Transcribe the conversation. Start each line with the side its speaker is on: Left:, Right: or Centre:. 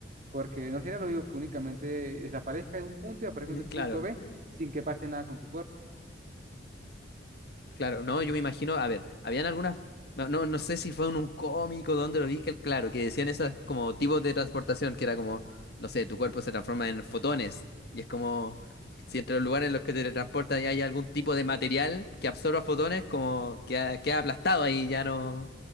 Right: Porque no sería lógico que únicamente desaparezca de un punto y aparezca
Left: Eh,
Right: en un
Left: Claro.
Right: punto B sin que pase nada con tu cuerpo.
Left: Claro, no, yo me imagino, a ver, habían algunas, no, no no sé si fue en un cómico donde lo vi, que claro, que decían esas como tipos de transportación, que era como, no sé, tu cuerpo se transforma en fotones, y es como, si entre los lugares en los que te transportas y hay algún tipo de material que absorba fotones, como que ha- queda aplastado ahí, ya no,